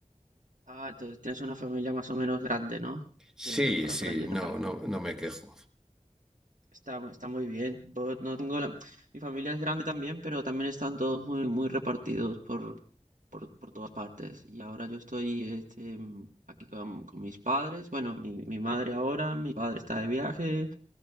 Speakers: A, on the right; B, in the centre.
A: Ah, entonces tienes una familia más o menos grande, ¿no?
B: Sí,
A: Que para,
B: sí,
A: para allí repartida.
B: no, no, no me quejo.
A: Está, está muy bien. Yo no tengo la... Mi familia es grande también, pero también están todos muy, muy repartidos por. por, por todas partes. Y ahora yo estoy este, mm, aquí con, con mis padres. Bueno, mi, mi madre ahora, mi padre está de viaje.